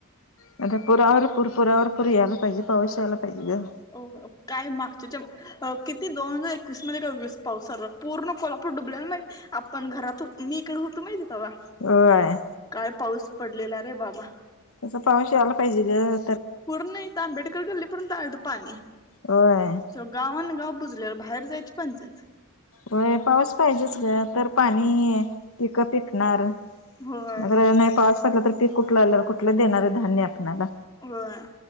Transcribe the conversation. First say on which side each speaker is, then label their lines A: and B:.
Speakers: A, on the left (about 70°); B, on the left (about 20°).
A: म्ह ते पुरावर -पुूर, पुरावर-पुर यायले. काधि पावसायला पाहिलयं
B: अ काय मागच्या च्या किती दोन हजार एकवीस मध्ये का विस पावसा पूर्ण कोल डुबले माहित आपण घरात होतो, मी इकडे होतो माहिती तेव्हा.
A: होय,
B: काय पाऊस पडलेला रे बाबा
A: असा पाउस आला पाहिजे गं.
B: पूर्ण इथं आंबेडकर गल्ली पर्यंत हाय इथं पाणी
A: होय
B: सो गावन गाव बुजल्याल बाहेर जायची पंचायत
A: होय पाऊस पाहिजेच ग तर पाणी पिक पिकणार अगर
B: होय
A: नाही पाऊस पडला तर पीक कुठल आल कुठल देणार आहे धान्य आपल्याला
B: वाय